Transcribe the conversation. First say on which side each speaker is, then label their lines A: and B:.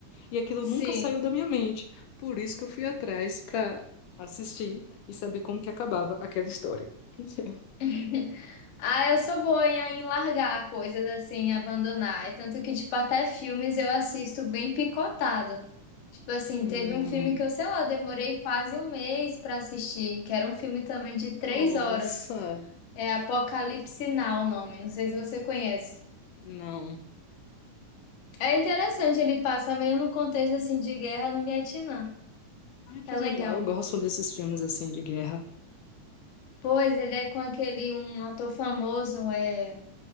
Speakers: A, on the left (about 80°); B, on the left (about 60°).
A: E aquilo
B: Sim.
A: nunca saiu da minha mente. Por isso que eu fui atrás para assistir e saber como que acabava aquela história. <laughs>
B: <laughs> Ah, eu sou boa em em largar coisas assim, abandonar. E tanto que, tipo, até filmes eu assisto bem picotado. Tipo assim,
A: Hum,
B: teve um filme que eu, sei lá, demorei quase um mês pra assistir, que era um filme também de três
A: nossa,
B: horas. É Apocalipse Now o nome, não sei se você conhece.
A: não.
B: É interessante, ele passa meio no contexto assim de guerra no Vietnã.
A: Ai, que
B: É
A: legal.
B: legal.
A: Eu gosto desses filmes assim de guerra.
B: Pois ele é com aquele um ator famoso, é